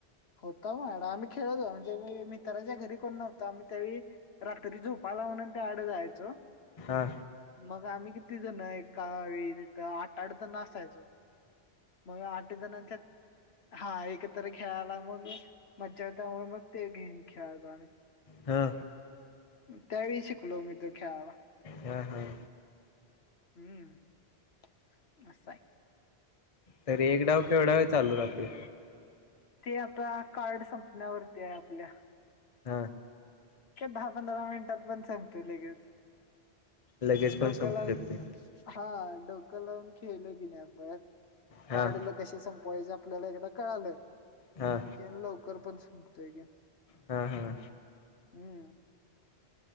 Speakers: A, on the left (about 70°); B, on the left (about 35°).
A: होता मायकड आम्ही खेळत होतो म्हणजे मित्रा ज्या घरी कोण नव्हता आम्ही त्याळी रात्री झोपाला म्हणून त्यायाकडे जायचो!
B: हा
A: मग आम्ही कि किती जण, एका वेळी तिथं आठ आड तर असायचो. मग आठ जणांच्यात हा एकत्र खेळायला मग म मज्जा येत त्यामुळे मग ते गेम खेळतो आम्ही.
B: हा.
A: त्या वेळी शिकलो मि तर खेळायला.
B: हां हां.
A: हम्म अस आहे.
B: तरी एक डाव केवढा वेळ चालू राहतोय?
A: ते आता कार्ड संपण्यावरती आहे आपल्या.
B: हा.
A: दहा पंधरा मिनिटात पण संपतोय लगेच.
B: लगेच पण
A: डोक्याला
B: संपू शकते
A: हा डोकं लावून खेळलो की नाय आपण कार्डला
B: हा
A: कसे संपवायच आपल्याला एकदा कळालं
B: हा
A: कि लवकर पण संपतोय गेम.
B: हा हा
A: हम